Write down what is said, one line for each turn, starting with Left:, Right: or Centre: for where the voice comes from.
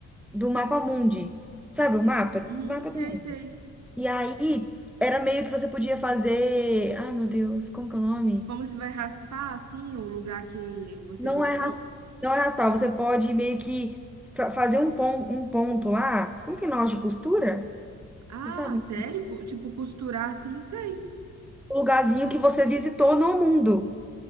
Centre: do mapa mundi. Sabe o mapa?
Right: uhum,
Centre: Mapa
Right: sei,
Centre: do mundo.
Right: sei.
Centre: E aí, era meio que você podia fazer. Ai, meu Deus, como que é o nome?
Right: Como se vai raspar assim o lugar que você
Centre: Não
Right: visitou?
Centre: é, ras- não é raspar, você pode meio que fa- fazer um, pon, um ponto lá. Como que é nós de costura?
Right: Ah,
Centre: Você sabe?
Right: sério? Cu- Tipo, costurar assim, sei.
Centre: O lugarzinho que você visitou no mundo.